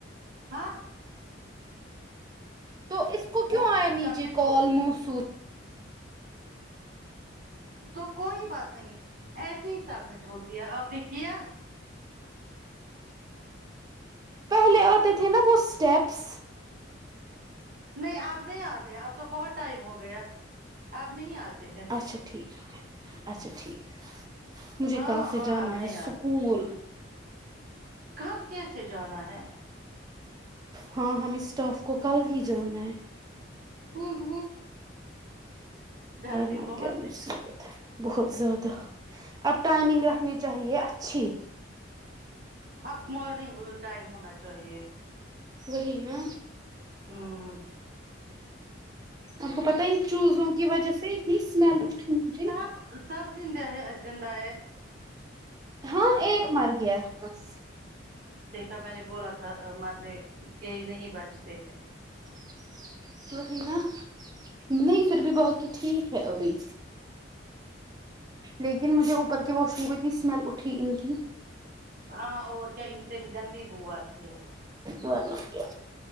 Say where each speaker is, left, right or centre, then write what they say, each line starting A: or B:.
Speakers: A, on the right (about 45°); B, on the right (about 20°).
A: ہاں
B: تو اس کو کیوں
A: وہ
B: آیا نیچے
A: سبمٹ
B: کا
A: ہو
B: آلموسٹ
A: گئی تو کوئی بات نہیں ایسی ہی سبمٹ ہوتی ہے آپ نے کیا
B: پہلے آتے تھے نا وہ اسٹیپس
A: نہیں آپ نہیں آتے اب تو بہت ٹائم ہو گیا آپ نہیں آتے ہیں
B: اچھا ٹھیک اچھا ٹھیک مجھے
A: ہاں
B: کل سے
A: ہاں
B: جانا
A: آپ
B: ہے
A: نہیں
B: اسکول
A: آتے کل کیسے جانا ہے
B: ہاں ہم اسٹاف کو کل ہی جانا ہے
A: ہ ہ گرمی
B: ورنہ
A: بہت
B: کیا مصیبت
A: ہے
B: ہے بہت زیادہ اب ٹائمنگ رکھنی چاہیے اچھی
A: اب مارننگ ا ٹائم ہونا چاہیے
B: وہی نا
A: ہوں
B: آپ کو پتا ان چوزوں کی وجہ سے اتنی اسمیل مجھے
A: سب سب زندہ ہے زندہ ہے
B: ہاں ایک مر گیا ہے بس
A: دیکھا میں نے بولا تھا مرنے یہ نہیں بجتے ہیں
B: <inaudible> وہی نا نہیں پھر بھی باقی ٹھیک ہے ابھی لیکن مجھے اوپر کی واش روم کو اتنی اسمیل اٹھی ان کی
A: ہاں اور کیا ان سے گندی بو آتی ہے
B: ورنہ کیا